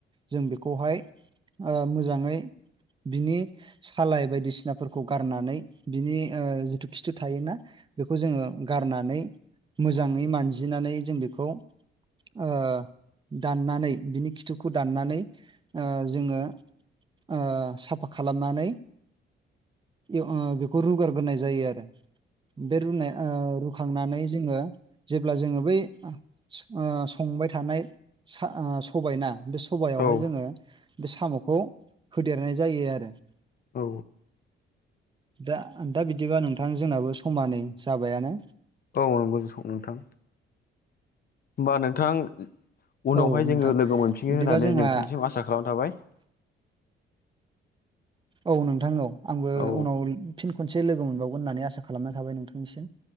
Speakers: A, on the right; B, on the left.
A: जों बेखौहाय ओ मोजाङै बिनि सालाय बायदिसिनाफोरखौ गारनानै बिनि ओ जिथु खिथु थायोना बेखौ जोङो गारनानै मोजाङै मानजिनानै जों बेखौ ओ दाननानै बिनि खिथुखौ दाननानै ओ जोङो ओ साफा खालामनानै एव ओ बेखौ रुगारगोरनाय जायो आरो बे रुनाय ओ रुखांनानै जोङो जेब्ला जोङो बै ओ संबाय थानाय सबायना बे सबायावहाय
B: औ
A: जोङो
B: औ
A: बे साम'खौ होदेरनाय जायो आरो
B: औ
A: दा दा बिदिबा नोंथां जोंनाबो समा नै जाबायानो
B: औ नंगौ <unintelligible> नोंथां होमबा नोंथां उनावहाय
A: औ नोंथां
B: जोङो लोगो मोनफिनो
A: बिदिबा
B: होननानै
A: जोंहा
B: नोंथांनिसिम आसा खालामना थाबाय
A: औ नोंथां औ आंबो
B: औ
A: उनाव फिन खनसे लोगो मोनबावगोन होननानै आसा खालामना थाबाय नोंथांनिसिम